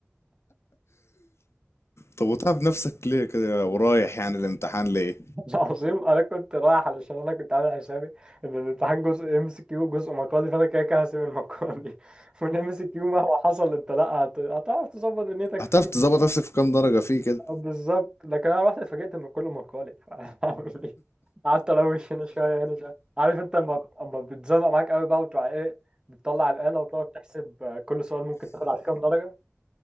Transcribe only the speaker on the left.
طب وتعب نفسك ليه كده ورايح يعني الامتحان ليه
هتعرف
تظبط نفسك في كام درجة فيه كده